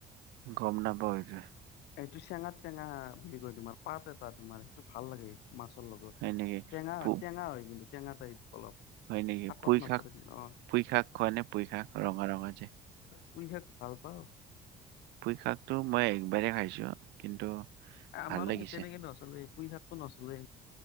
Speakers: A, on the right; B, on the left.
A: গম নাপাৱ এ যে।
B: এইটো চেঙাত টেঙা বুলি কয় তোমাৰ পাত এটা তোমাৰ সেইটো ভাল লাগে। মাছৰ লগত
A: হয় নেকি?
B: টেঙা-
A: পু
B: টেঙা হয় কিন্তু টেঙা টাইপ। অলপ
A: হয় নেকি
B: শাকত
A: পুই
B: নপৰে
A: শাক
B: অ
A: পুই শাক কয় নে পুই শাক ৰঙা- ৰঙা যে।
B: পুইশাক ভাল পাওঁ।
A: পুই শাকতো মই একবাৰেই খাইছো। কিন্তু
B: এ আমাৰো
A: ভাল লাগিছে।
B: সেই তেনেকে নচলেই। পুই শাকটো নচলে।